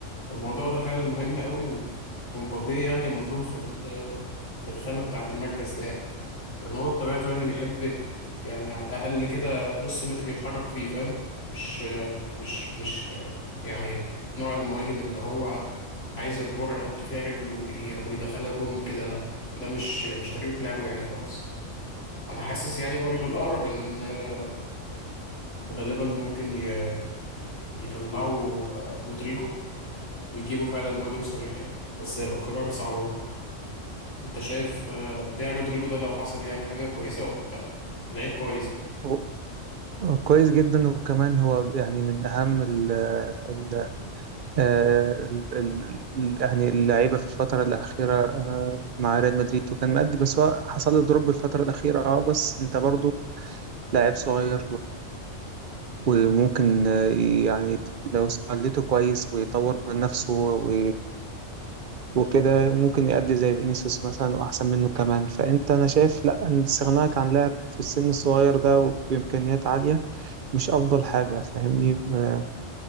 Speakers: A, on the left (about 70°); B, on the right (about 50°).
A: والموضوع ده فعلا مهم قوي و- ومبابي يعني مظلوم في ال- في الخانة بتاعة المركز ده يعني. لأن هو بطبيعته يعني بيحب يعني على الأقل كده نص متر يتحرك فيه فاهم مش مش مش يعني نوع المهاجم اللي هو عايز الكورة يحط فيها رجله وي- ويدخلها جون كده لأ ده مش مش طريقة لعبه يعني خالص أنا حاسس يعني برضه الأقرب إن آه، غالبا ممكن ي- يطلعوا آه، رودريجو ويجيبوا فعلا مهاجم صريح يعني بس هيبقى قرار صعب برضه أنت شايف آه، بيع رودريجو ده لو حصل يعني حاجة كويسة ولا لأ؟ لعيب كويس
B: هو- هو كويس جدا وكمان هو يعني من أهم ال ال آه، ال ال يعني اللعيبة في الفترة الأخيرة آه، مع ريال مدريد وكان مأدي بس هو حصل له دروب الفترة الأخيرة اه بس أنت برضو لاعب صغير وممكن آه، يعني لو استغلته كويس ويطور من نفسه و- وكده ممكن يأدي زي فينيسيوس مثلا وأحسن منه كمان فأنت أنا شايف لأ إن استغناك عن لاعب في السن الصغير ده وبإمكانيات عالية مش أفضل حاجة فاهمني آه،